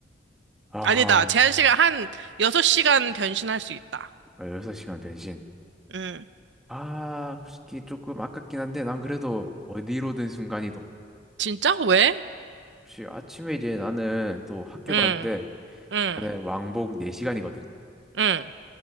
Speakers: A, in the centre; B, on the right.
A: 아하,
B: 아니다. 제한시간 한 6시간 변신할 수 있다.
A: 6시간 변신.
B: 음.
A: 아, 솔직히 조금 아깝긴 한데, 난 그래도 어디로든 순간이동.
B: 진짜? 왜?
A: 혹시 아침에 이제 나는 또 학교
B: 응
A: 가는데
B: 응
A: 나는 왕복 4시간이거든.
B: 응.